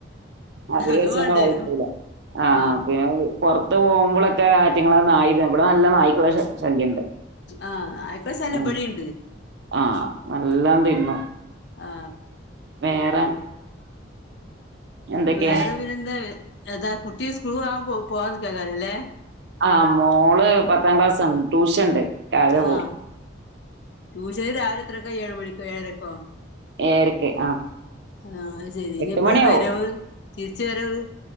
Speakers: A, on the right; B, on the left.
A: അതിര്
B: അത്
A: വെച്ചതന്നെ
B: വാണ്ടിവരും
A: വഴക്കില. ആ
B: ആഹ്
A: പിന്നെ പുറത്ത് പോകുമ്പോഴൊക്കെ ആറ്റങ്ങ നായ ഇവിടെ നല്ല നായ്ക്കള ശല്യംണ്ട്.
B: ആഹ് നായ്ക്കളെ ശല്യം
A: ആ
B: ഇബടിണ്ട്
A: ആ നല്ലാം തിന്നു.
B: ആ.
A: വേറെ? എന്തൊക്കെയാ
B: വേറെ പിന്നെന്താ ഏതാ കുട്ടി സ്കൂൾ ആൻ പോവാ നിക്കാ ക്കാരുല്ലേ?
A: ആ മോള് പത്താം ക്ലാസ് ആണ് ട്യൂഷൻ ഉണ്ട്. രാവിലെ
B: ആ
A: പോവും
B: ട്യൂഷൻ രാവിലെ എത്രക്കോ ഏഴ് മണിക്കോ ഏഴരക്കോ?
A: ഏഴരയ്ക്ക് ആ.
B: ആ അത് ശെരി ഇനി
A: എട്ട്
B: എപ്പഴ
A: മണിയാവും
B: വരവ് തിരിച്ച വരവ്?